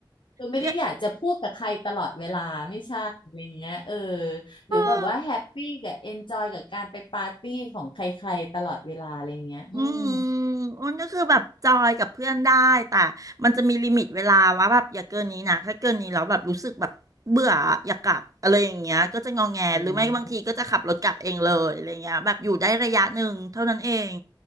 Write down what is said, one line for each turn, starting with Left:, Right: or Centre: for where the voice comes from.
Left: เราไม่ได้อยากจะพูดกับใครตลอดเวลาไม่ใช่อะไรเงี้ยเออ
Right: เย <laughs>
Left: หรือแบบว่าแฮปปี้กับเอนจอยกับการไปปาร์ตี้ของใครๆตลอดเวลาอะไรเงี้ยอืม
Right: เออ <laughs> อืมอ้นก็คือแบบจอยกับเพื่อนได้แต่มันจะมีลิมิตเวลาว่าแบบอย่าเกินนี้นะถ้าเกินนี้แล้วแบบรู้สึกแบบเบื่ออยากกลับอะไรอย่างเงี้ยก็จะงอแงหรือไม่บางทีก็จะขับรถกลับเองเลยอะไรเงี้ยแบบอยู่ได้ระยะหนึ่งเท่านั้นเอง
Left: นะ